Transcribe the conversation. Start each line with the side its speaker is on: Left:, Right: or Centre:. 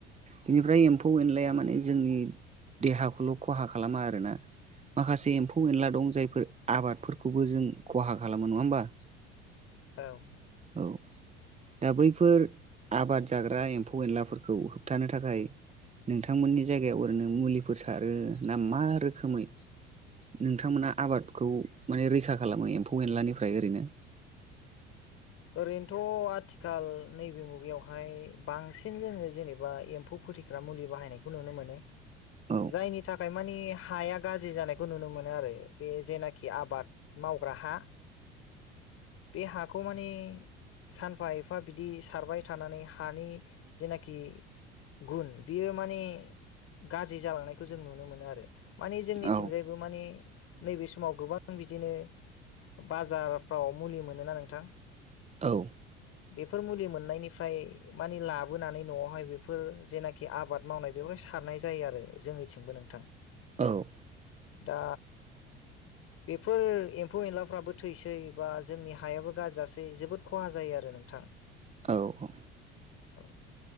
Right: बेनिफ्राय एम्फौ एनलाया माने जोंनि देहाखौल' खहा खालामा आरोना। माखासे एम्फौ एनला दं जायफोर आबादफोरखौबो जों खहा खालामो नङा होमबा? <inaudible>
Left: औ।
Right: औ। दा बैफोर आबाद जाग्रा एम्फौ एनलाफोरखौ होबथानो थाखाय नोंथांमोननि जायगायाव ओरैनो मुलिफोर सारो ना मा रोखोमै नोंथांमोना आबादखौ मारै रैखा खालामो एम्फौ एनलानिफ्राय ओरैनो?
Left: ओरैनोथ' आथिखाल नैबे मुगायावहाय बांसिन जोङो जेनेबा एम्फौ फोथै फ्रा मालि बाहनायखौ नुनो मोनो।
Right: औ
Left: जायनि थाखाय मानि हाया गाज्रि जानाय खौ नुनो मोनो आरो बे जेनाखि आबाद मावग्रा हा बे हाखौ माने सानफा एफा बिदि सारबाय थानानै हानि जेनाखि गुन बियो मानि गाज्रि जालांनायखौ जों नुनो मोनो आरो। मानि जोंनिथिंजाय
Right: औ
Left: बो माने नैबे समाव गोबां बिदिनो बाजारफ्राव मुलि मोनोना नोंथां?
Right: औ।
Left: बेफोर मुलि मोननायनिफ्राय मानि लाबोनानै न'आवहाय बेफोर जेनाखि खि आबाद मावनाय बेयावहाय सारनाय जायो आरो जोंनिथिंबो नोंथां।
Right: औ। औ
Left: दा बेफोर एम्फौ एनलाफ्राबो थैसै बा जोंनि हायाबो गाज्रि जासै जोबोद खहा जायो आरो नोंथां।
Right: औ
Left: औ।